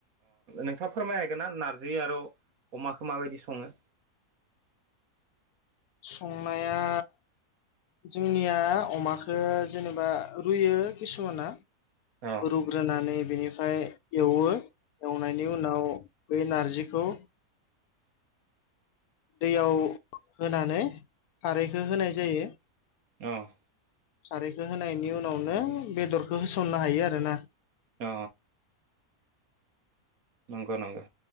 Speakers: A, on the right (about 65°); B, on the left (about 75°).
A: नोंथाङा फोरमायनो हागोन ना ना र्जि आरो अमाखौ माबायदि सङो?
B: संनाया जोंनिया अमाखो जेनेबा रुयो किसुमाना।
A: अ
B: रुग्रोनानै बेनिफ्राय एवो। एवनायनि उनाव बे नार्जिखौ दैयाव होनानै खारैखो होनाय जायो।
A: औ।
B: खारैखो होनायनि उनावनो बेदरखौ होसननो हायो आरोना।
A: अ। नंगौ नंगो।